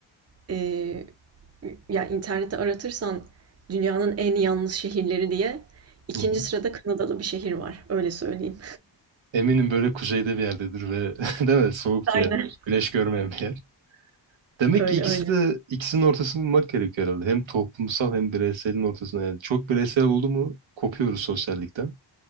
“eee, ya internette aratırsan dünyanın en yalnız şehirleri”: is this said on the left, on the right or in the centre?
Right